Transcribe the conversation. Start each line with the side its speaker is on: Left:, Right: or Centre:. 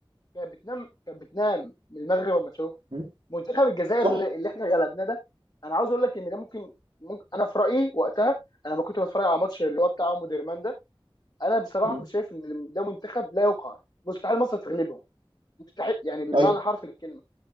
Left: كانت بتنام كانت بتنام من المغرب لما تشوف
Right: م.
Left: منتخب الجزائر
Right: صح
Left: اللي اللي احنا غلبناه ده انا عاوز اقول لك ان ده ممكن ممكن انا في رايي وقتها انا لما كنت بتفرج على ماتش اللي هو بتاع مودرمان ده انا بصراحه
Right: م.
Left: كنت شايف ان ده منتخب لا يقهر مستحيل مصر تغلبهم مستحيل يعني بالمعنى
Right: أيوه
Left: الحرفي للكلمه